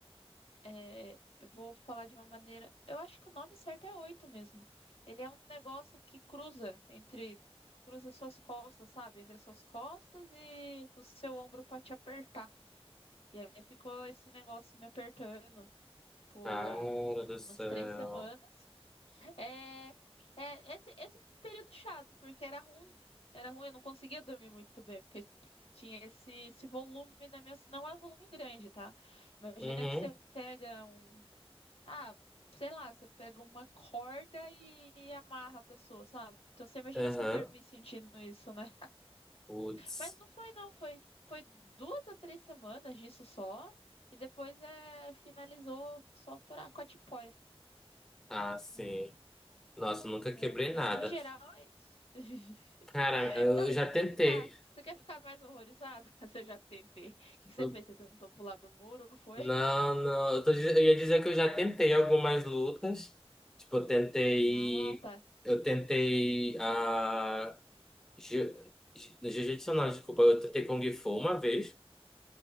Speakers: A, on the left; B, in the centre.
A: é, eu vou falar de uma maneira. Eu acho que o nome certo é oito mesmo. Ele é um negócio que cruza entre. Cruza suas costas, sabe? Entre as suas costas e o seu ombro pra te apertar. E aí ficou esse negócio me apertando por
B: Cara do céu.
A: umas três semanas. É, é esse, esse foi um período chato, porque era ruim. Era ruim, eu não conseguia dormir muito bem, porque tinha esse, esse volume na minha. Não é um volume grande, tá? Imagina
B: Uhum,
A: que você pega um. Ah, sei lá, você pega uma corda e, e amarra a pessoa, sabe? Então você imagina
B: aham.
A: você dormir sentindo isso, né?
B: Putz.
A: Mas não foi, não. Foi, foi duas a três semanas disso só. E depois é, finalizou só pra Cotipoia.
B: Ah, sim.
A: Aí,
B: Nossa, nunca
A: né?
B: quebrei
A: Mas
B: nada.
A: no geral é isso. <laughs>
B: Cara, eu
A: Não, mas
B: já
A: você
B: tentei.
A: quer ficar, você quer ficar mais horrorizada? <laughs> Você já tentei. O que que você
B: Eu-
A: fez? Você tentou pular do muro, foi?
B: Não, não. Eu, tô diz- eu ia dizer que eu já tentei algumas lutas. Tipo, eu tentei.
A: Ah, tá.
B: Eu tentei. Ah, jiu- jiu- jiu-jitsu não, desculpa. Eu tentei Kung Fu uma vez.